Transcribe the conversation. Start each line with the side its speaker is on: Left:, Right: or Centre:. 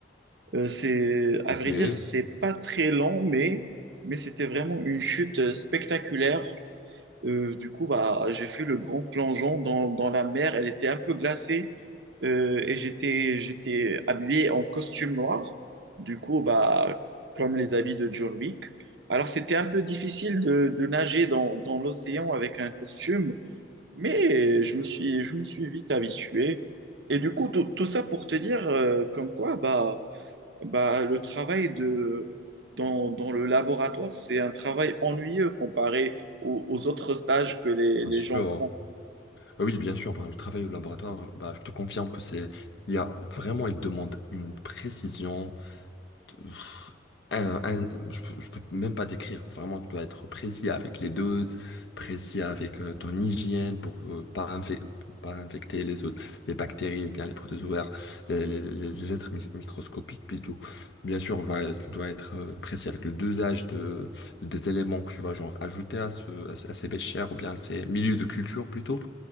Right: Euh, c'est, à
Left: Ok,
Right: vrai
Left: bien
Right: dire, c'est pas très lent, mais, mais c'était vraiment une chute euh, spectaculaire. Euh, du coup, bah, j'ai fait le grand plongeon dans, dans la mer. Elle était un peu glacée euh, et j'étais, j'étais habillé en costume noir. Du coup, bah, comme les habits de John Wick. Alors, c'était un peu difficile de, de nager dans, dans l'océan avec un costume, mais je me suis, je me suis vite habitué. Et du coup, tout, tout ça pour te dire euh, comme quoi, bah, bah, le travail de, dans, dans le laboratoire, c'est un travail ennuyeux comparé aux, aux autres stages que les, les
Left: sûr.
Right: gens font.
Left: Ah oui, bien sûr. bah, le travail au laboratoire, bah, je te confirme que c'est, il y a vraiment, il demande une précision, pff, un- un- je peux, je peux même pas décrire. Vraiment, tu dois être précis avec les doses, précis avec euh, ton hygiène pour euh, pas, infec- pour pas infecter les autres, les bactéries ou bien les protozoaires, les, les- les- les êtres mi- microscopiques plutôt. Bien sûr, va- tu dois être euh, précis avec le dosage de, des éléments que tu vas genre ajouter à, ce, à, ce- à ces béchères ou bien à ces milieux de culture plutôt.